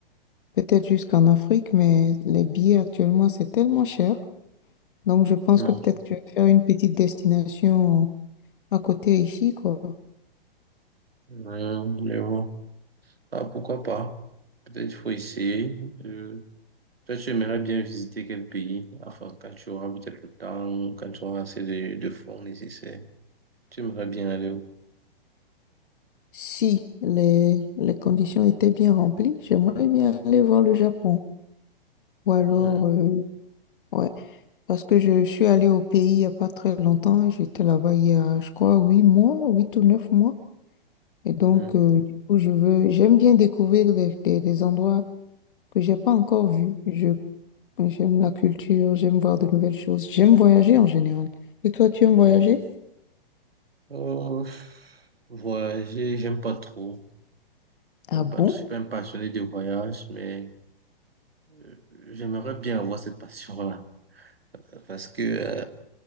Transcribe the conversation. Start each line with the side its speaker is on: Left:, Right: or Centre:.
Left: peut-être jusqu'en Afrique, mais les billets actuellement c'est tellement cher, donc je pense
Right: Non,
Left: que peut-être que je vais faire une petite destination à côté ici, quoi.
Right: Euh, mais bon. Ah, pourquoi pas? Peut-être il faut essayer. Euh, toi, tu aimerais bien visiter quel pays? Enfin, quand tu auras peut-être le temps, quand tu auras assez de, de fonds nécessaires. Tu aimerais bien aller où?
Left: Si les, les conditions étaient bien remplies, j'aimerais bien aller voir le Japon. Ou alors,
Right: Ouais.
Left: euh, ouais, parce que je suis allée au pays il n'y a pas très longtemps. J'étais là-bas il y a, je crois, huit mois, huit ou neuf mois. Et donc,
Right: Mhm.
Left: euh, du coup, je veux, j'aime bien découvrir des, des- des endroits que j'ai pas encore vus. Je, j'aime la culture, j'aime voir de nouvelles choses. J'aime voyager en général. Et toi, tu
Right: D'accord.
Left: aimes voyager?
Right: Euh, voyager, j'aime pas trop.
Left: Ah
Right: J'aime
Left: bon?
Right: pas, je suis pas un passionné de voyage, mais euh, j'aimerais bien avoir cette passion-là. Parce que euh,